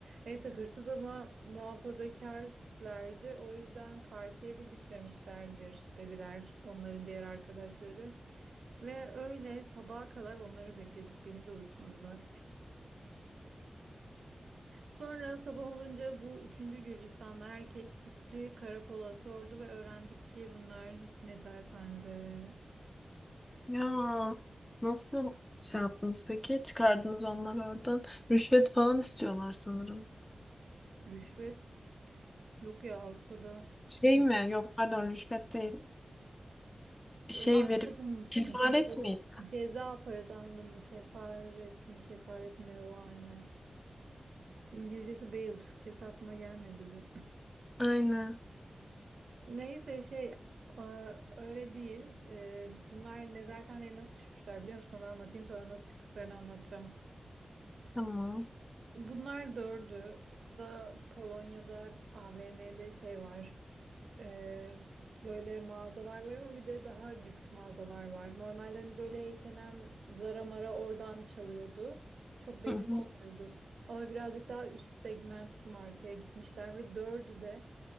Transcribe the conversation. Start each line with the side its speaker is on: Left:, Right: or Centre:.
Right: Neyse hırsız ama muhafazakar tiplerdi. O yüzden partiye de gitmemişlerdir dediler onların diğer arkadaşları. Ve öyle sabaha kadar onları bekledik. Beni de uyutmadılar. Sonra sabah olunca bu üçüncü Gürcistanlı erkek gitti karakola sordu ve öğrendik ki bunlar nezarethanede
Left: Ya nasıl şey yaptınız peki? Çıkardınız onları oradan. Rüşvet falan istiyorlar sanırım.
Right: <laughs> rüşvet yok ya Avrupa'da.
Left: Şey
Right: Ya,
Left: mi? Yok pardon rüşvet değil. Bir şey
Right: anladım.
Left: verip kefaret
Right: Şey,
Left: miydi?
Right: ceza parası anladım. Kefaret mi kefaret mi ne o aynı. İngilizcesi bail, Türkçesi aklıma gelmedi bir.
Left: Aynen.
Right: Neyse şey e, öyle değil. E, Bunlar nezarethaneye nasıl düşmüşler biliyor musun? Onu anlatayım sonra nasıl çıktıklarını anlatacağım.
Left: Tamam.
Right: Bunlar dördü. Orada Polonya'da AVM'de şey var. E, Böyle mağazalar var ama bir de daha lüks mağazalar var. Normalde hani böyle H&M, Zara Mara oradan çalıyordu. Çok belli
Left: Hı hı.
Right: olmuyordu. Ama birazcık daha üst segment markaya gitmişler ve dördü de